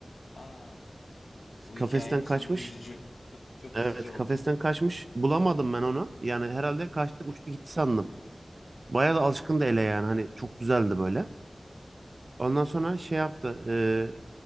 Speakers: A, on the left; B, on the right.
A: Aa, bu
B: Kafesten
A: hikayenin sonu
B: kaçmış.
A: üzücü. <laughs> Çok
B: Evet
A: üzücü oldu.
B: kafesten kaçmış. Bulamadım ben onu. Yani herhalde kaçtı uçtu gitti sandım. Bayağı da alışkındı ele yani hani çok güzeldi böyle. Ondan sonra şey yaptı.